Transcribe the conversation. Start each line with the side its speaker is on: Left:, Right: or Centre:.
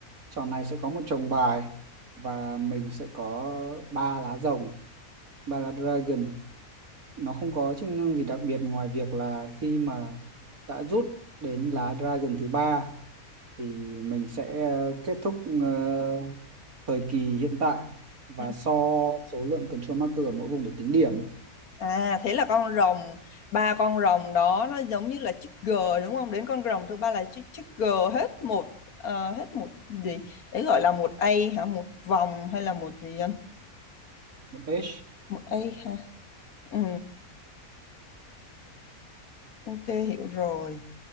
Right: trò này sẽ có một chồng bài và mình sẽ có ba lá rồng, ba lá dragon. Nó không có chức năng gì đặc biệt ngoài việc là khi mà đã rút đến lá dragon thứ ba thì mình sẽ ờ, kết thúc ờ, thời kỳ hiện tại và
Left: Ừ.
Right: so số lượng control marker ở mỗi vùng để tính điểm
Left: à thế là con rồng ba con rồng đó nó giống như là chữ G đúng không đến con rồng thứ ba là chữ, chữ G hết một ờ, hết một gì đấy gọi là một A hả một vòng hay là một gì anh
Right: một page
Left: một A ha ừ. Ok hiểu rồi.